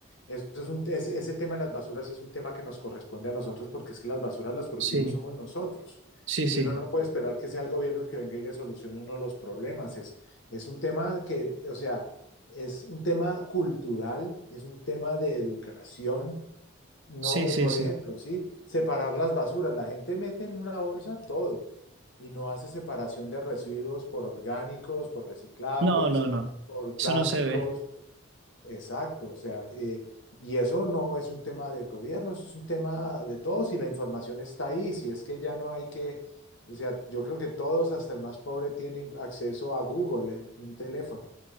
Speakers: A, on the left; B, on the right.
A: Eso es un, es- ese tema de las basuras es un tema que nos corresponde a nosotros porque es que las basuras las producimos
B: sí,
A: somos nosotros.
B: sí, sí,
A: Y uno no puede esperar que sea el gobierno el que venga y le solucione uno los problemas. Es, es un tema que, o sea, es un tema cultural, es un tema de educación No,
B: sí,
A: eh,
B: sí,
A: por
B: sí.
A: ejemplo, sí, separar las basuras. La gente mete en una bolsa todo y no hace separación de residuos por orgánicos, por reciclables,
B: No, no, no,
A: por
B: eso
A: plásticos.
B: no se ve.
A: Exacto, o sea, eh, y eso no es un tema del gobierno, eso es un tema de todos y la información está ahí. Si es que ya no hay que, o sea, yo creo que todos, hasta el más pobre, tienen acceso a Google en un teléfono.